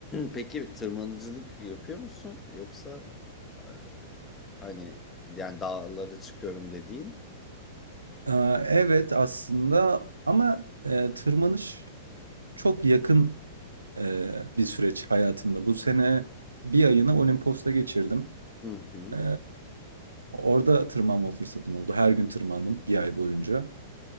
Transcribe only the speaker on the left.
Peki tırmanıcılık yapıyor musun? Yoksa e, hani yani dağlara çıkıyorum dediğin?
Hı hı.